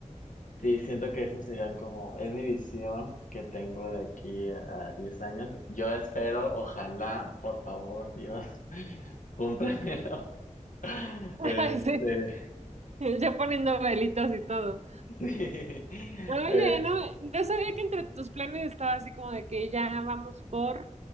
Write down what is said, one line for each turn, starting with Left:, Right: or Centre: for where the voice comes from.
Left: Sí, siento que esas serían como, es mi visión que tengo de aquí a 10 años. Yo espero, ojalá, por favor, Dios, <laughs> cúmplemelo.
Right: <laughs>
Left: Este,
Right: Ay, sí, ya poniendo velitas y todo.
Left: <laughs> sí,
Right: Oye,
Left: eh,
Right: no, no sabía que entre tus planes estaba así como de que ya vamos por,